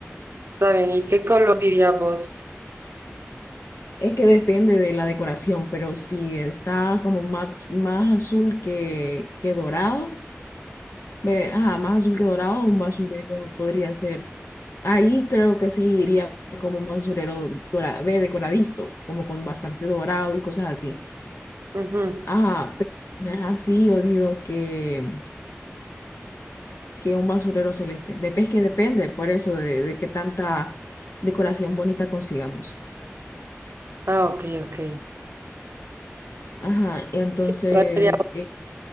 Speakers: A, on the right; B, on the left.
A: Está bien, ¿y qué color dirías vos?
B: Es que depende de la decoración, pero si está como más, más azul que, que dorado. Ve, ajá, más azul que dorado, un basurero podría ser. Ahí creo que sí iría como un basurero dorado, ve, decoradito, como con bastante dorado y cosas así.
A: Ujú.
B: Ajá, pero si no es así, yo digo que, que un basurero celeste. De es que depende, por eso, de, de qué tanta decoración bonita consigamos.
A: Ah, ok, ok.
B: Ajá, y entonces,
A: Sí, ¿cuál sería?
B: eh,